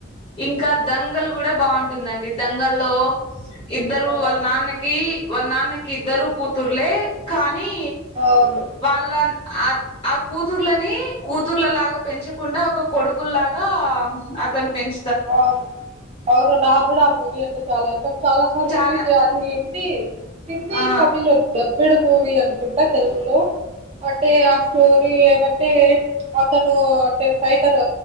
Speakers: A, on the left; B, on the right.
A: ఇంకా దంగలు కూడ బాగుంటుందండి. దంగల్లో ఇద్దరు
B: ఆ
A: వాళ్ళ నాన్నకి వాళ్ళ నాన్. కిద్దరు కూతుర్లే కాన్ నీ
B: అవును
A: వాళ్ళన్ ఆ ఆ కూతుర్లని, కూతుర్లలాగా పెంచకుండా ఒక కొడుకుల్లాగ అతను పెంచ్.
B: ఆవ్, అవును నాగ్గుడా ఆ మూవీ అంటే చాల ఇష్టం. చాలాసార్లు
A: చానా
B: రిపీట్ చేయాలి, హిందీ హిందీ
A: ఆ
B: తమిళు. బిడు మూవీ అనుకుంటా తెలుగులో. అంటే ఆ స్టోరి అంటే అతను, అంటే ఫైటర్